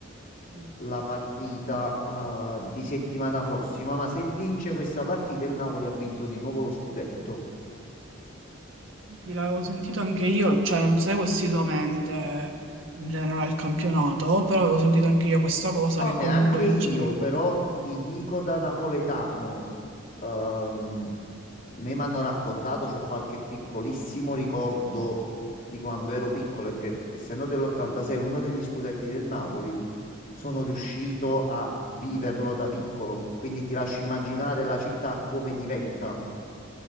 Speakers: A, on the right; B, on the left.
A: Mm.
B: la partita ah, di settimana prossima, ma se vince questa partita il Napoli ha vinto di nuovo lo scudetto.
A: Sì, L'avevo sentito anche io, cioè non seguo assiduamente in generale il campionato, però avevo sentito anche io questa cosa
B: No,
A: che
B: neanche
A: comunque
B: io,
A: vincerebbe.
B: però ti dico da napoletano, ehm, me mi hanno raccontato, c'ho qualche piccolissimo ricordo di quando ero piccolo e che essendo dell'86 uno degli scudetti del Napoli, sono riuscito a viverlo da piccolo, quindi ti lascio immaginare la città come diventa.